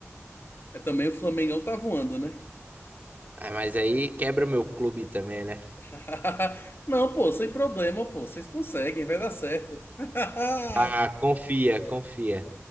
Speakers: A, on the left; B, on the right.
A: É, também o Flamengão tá voando, né?
B: Ah, mas aí quebra o meu clube também, né?
A: <laughs> Não, pô, sem problema, pô. Vocês conseguem, vai dar certo. <laughs>
B: Ah, confia, confia.